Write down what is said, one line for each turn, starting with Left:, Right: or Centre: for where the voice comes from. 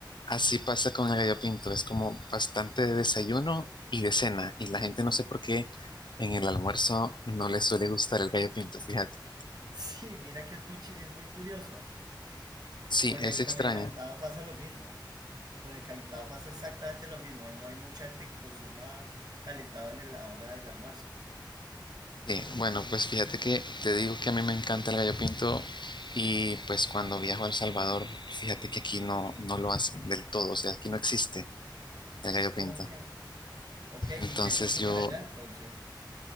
Left: así pasa con el gallo pinto. Es como bastante de desayuno y de cena. Y la gente no sé por qué en el almuerzo no le suele gustar el gallo pinto, fíjate.
Right: Sí, mira que es muy, chi- es muy curioso.
Left: Sí,
Right: Con
Left: es
Right: el,
Left: extraño.
Right: con el calentado pasa lo mismo. Con el calentado pasa exactamente lo mismo. No hay mucha gente que consuma calentado en el- la hora del almuerzo.
Left: Sí, bueno, pues fíjate que te digo que a mí me encanta el gallo pinto y pues cuando viajo a El Salvador, fíjate que aquí no, no lo hacen del todo, o sea, aquí no existe el gallo pinto.
Right: Ok. Ok,
Left: Entonces
Right: ¿y qué consumen
Left: yo,
Right: allá entonces?